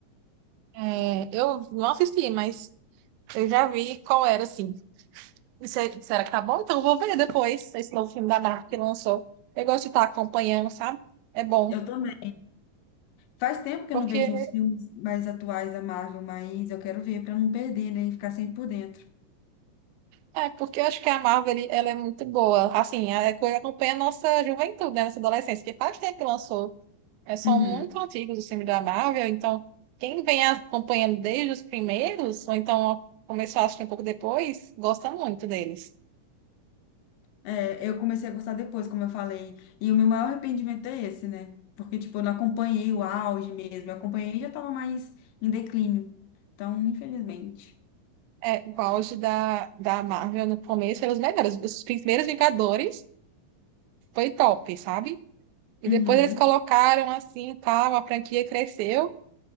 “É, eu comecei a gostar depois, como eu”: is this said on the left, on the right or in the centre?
Left